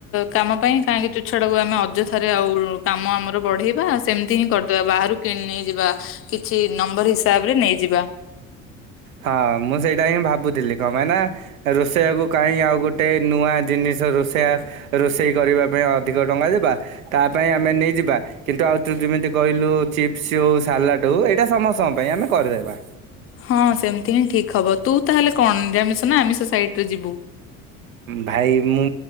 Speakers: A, on the left (about 35°); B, on the right (about 75°).
A: କାମ ପାଇଁ କାହିଁକି ତୁଛାଟାକୁ ଆମେ ଅଯଥାରେ ଆଉ। କାମ ଆମର ବଢେଇବା ସେମିତି ହିଁ କରିଦବା ବାହାରୁ କିଣି ନେଇ ଯିବା କିଛି ନମ୍ବର ହିସାବରେ ନେଇଯିବା।
B: ହଁ ମୁଁ ସେଇଟା ହିଁ ଭାବୁଥିଲି କଣ ପାଇଁ ନା ରୋଷେଇୟାକୁ କାହିଁ ଆଉ ଗୋଟେ ନୂଆ ଜିନିଷ ରୋଷେୟା ରୋଷେଇ କରିବା ପାଇଁ ଅଧିକ ଟଙ୍କା ଦେବା ତା ପାଇଁ ଆମେ ନେଇଯିବା। କିନ୍ତୁ ଆଉ ତୁ ଯେମିତି କହିଲୁ ଚିପ୍ସ ହଉ ସାଲାଟ ହଉ ଏଇଟା ସମସ୍ତଙ୍କ ପାଇଁ ଆମେ କରିଦେବା।
A: ହଁ ସେମିତି ହିଁ ଠିକ୍ ହବ ତୁ ତାହେଲେ କଣ ନିରାମିଷ ନା ଆମିଷ ସାଇଡି ରେ ଯିବୁ।
B: ଭାଇ ମୁଁ